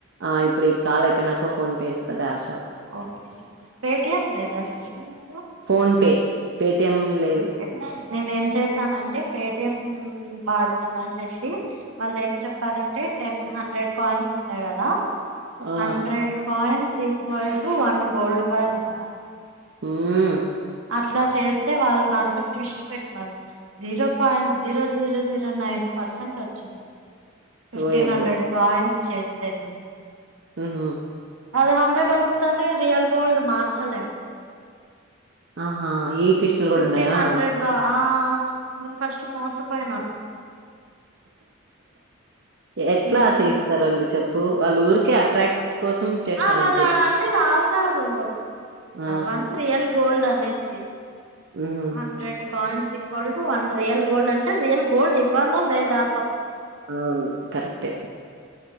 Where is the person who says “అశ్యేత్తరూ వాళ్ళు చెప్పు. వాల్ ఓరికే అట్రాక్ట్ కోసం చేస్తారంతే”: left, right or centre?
Right